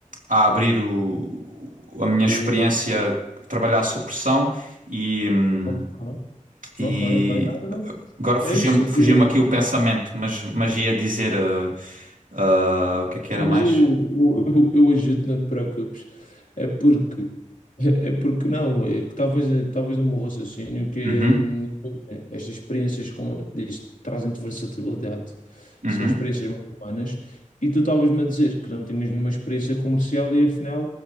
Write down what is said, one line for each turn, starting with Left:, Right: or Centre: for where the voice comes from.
Right: a abrir o, a minha
Left: O...
Right: experiência a trabalhar sob pressão e. hum,
Left: Ok,
Right: e
Left: ok, ok. Não, não, não.
Right: agora fugiu-me
Left: É isso, aqui
Right: fugiu-me
Left: mesmo.
Right: aqui o pensamento, mas, mas ia dizer eh, ah, o que é que era
Left: Mas
Right: mais?
Left: eu, eu, eu ajudo, não te preocupes. É porque, é porque não, é que talvez, talvez no meu raciocínio que é,
Right: Uhum,
Left: hum, estas experiências, como eu te disse, trazem-te versatilidade,
Right: uhum.
Left: são experiências mais humanas, e tu estavas-me a dizer que não tinhas nenhuma experiência comercial e afinal